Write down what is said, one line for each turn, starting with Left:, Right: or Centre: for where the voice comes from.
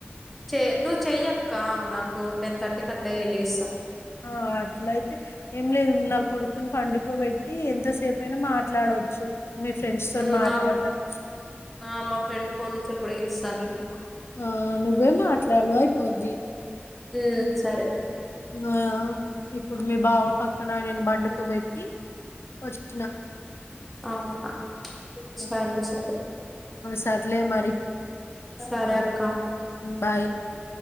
Centre: చె నువ్వు చెయ్యక్క నాకు టెన్ థర్టీకి అట్లాలేస్తా
Left: ఆ అట్లయితే ఏం లేదు నా కొడుకుని పండుకోబెట్టి ఎంతసేప అయినా మా మాట్లాడొచ్చు మీ ఫ్రెండ్స్ తోని
Centre: మ్
Left: మాట్లాడతారు
Centre: మ మా ఫ్రెండ్ ఫోన్ నుంచిలు కూడా చేస్ పనులు నీకు
Left: ఆ నువ్వే మాట్లాడువ అయిపోద్ది
Centre: ఉ సరే
Left: ఆ ఇప్పుడు మీ బావ పక్కన నేను బండుకు పెట్టి వచ్చిన
Centre: అవునా సరే సరే
Left: చర్లే మరి
Centre: సరే అక్క
Left: బాయ్